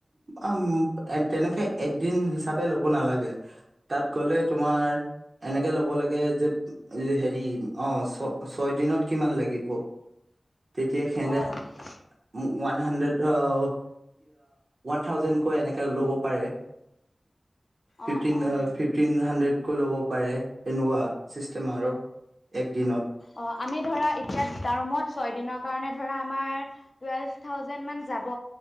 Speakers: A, on the right; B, on the left.
A: অ' তেনেকে এদিন হিচাপে ল'ব নালাগে। তাত গ'লে তোমাৰ এনেকে ল'ব লাগে যে হেৰি অ' ছ ছয় দিনত কিমান লাগিব। তেতিয়া সিহঁতে
B: অ',
A: এৱান হাণ্ডেড অ' ৱান থাউজেণ্ড কৈ এনেকে ল'ব পাৰে ফিফটিন
B: অ', অ'।
A: ফিফটি টিন হাণ্ড্ৰেডকৈ ল'ব পাৰে। এনেকুৱা ছিষ্টেম আৰু এক দিনত।
B: অ' আমি ধৰা এতিয়া দুটা ৰুমত ছয় দিনৰ কাৰণে ধৰা আমাৰ টোৱেল্ভ থাউজেণ্ড মান যাব।